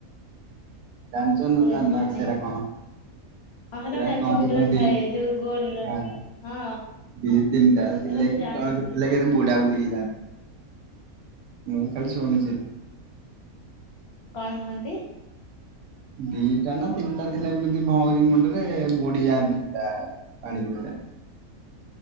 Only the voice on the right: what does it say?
ଜାଣିଛ ନା
ଜାଣିନା
ସେଇଟା କଣ?
ସେଟା
କହନ୍ତି
କହନ୍ତି
<unintelligible>
ଦି ତିନିଟା ଥିଲେ
କି
କଣ ଥିଲା କି ବୁଡା ବୁଢୀ ହେଇଯାଆନ୍ତ। ମୁଁ ଖାଲି ଶୁନିି।
ଦିଟା ନା ତିନିଟା ଥିଲା ଏମିତି ଭଉଁରୀ ମୁଣ୍ଡରେ ବୁଡି ଜାନ୍ତି ତା ପାଣିି ଦିଅରେ।